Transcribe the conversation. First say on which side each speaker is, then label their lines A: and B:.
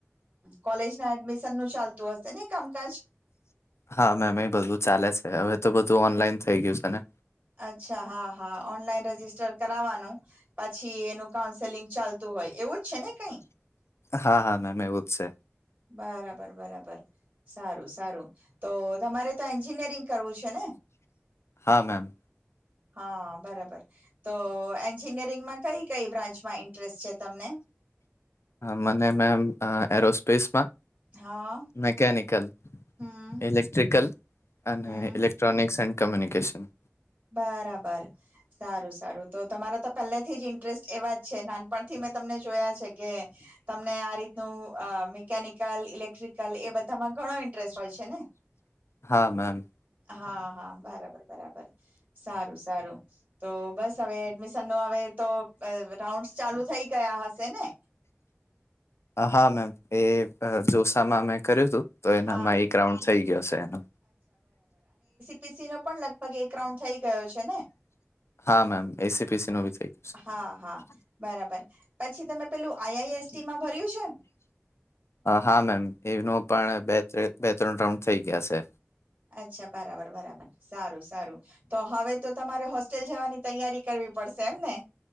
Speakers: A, on the right; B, on the left.
A: કોલેજ ના એડમિશન નું ચાલતું હશે ને કામકાજ
B: હા મેમ એ બધું ચાલે છે હવે તો બધું ઓનલાઈન થઈ ગયું છે ને
A: અચ્છા હા હા ઓનલાઈન રજિસ્ટર કરાવવાનું પછી એનું કાઉન્સેલિંગ ચાલતું હોય એવું જ છે ને કઈ
B: હા હા મેમ એવું જ છે
A: બરાબર બરાબર સારું સારું તો તમારે એન્જિનિયરિંગ કરવું છે ને
B: હા મેમ
A: હા બરાબર તો એ એન્જિનિયરિંગમાં કઈ કઈ બ્રાન્ચમાં ઇન્ટરેસ્ટ છે તમને
B: મને મેમ એરોસ્પેસમાં
A: હા
B: મેકેનિકલ
A: હમ
B: ઇલેક્ટ્રિકલ અને
A: હમ
B: ઇલેક્ટ્રોનિકસ એન્ડ કમ્યુનિકેશન
A: બરાબર સારું સારું તો તમારા તો પહેલા થી જ ઇન્ટરેસ્ટ એવા જ છે નાનપણથી મેં તમને જોયા છે કે તમને આ રીતનું અ મિકેનિકલ ઇલેક્ટ્રિકલ એ બધામાં ઘણો ઇન્ટરેસ્ટ હોય છે ને.
B: હા મેમ.
A: હા હા બરાબર બરાબર. સારું સારું તો બસ હવે એડમિશન નું હ તો રાઉન્ડ ચાલુ થાય થઈ ગયા હશે ને.
B: હા મેમ એ જોસામાં મે કર્યું હતું તો એનામાં
A: હા
B: એક રાઉન્ડ થઈ ગયો છે એનો.
A: પીસી નો પણ લગભગ એક રાઉન્ડ થઈ ગયો છે ને.
B: હા ma'am A C P C નું ભી થઇ ગયું
A: હા હા
B: છે.
A: બરાબર પછી તમે પેલું આઈ આઈ એસ ટી માં ભર્યું છે.
B: હા મેમ એનું પણ બે બે ત્રણ રાઉન્ડ થઈ ગયા છે.
A: અચ્છા બરાબર બરાબર સારું સારું તો હવે તો તમારે હોસ્ટેલ જવાની તૈયારી કરવી પડશે. ને.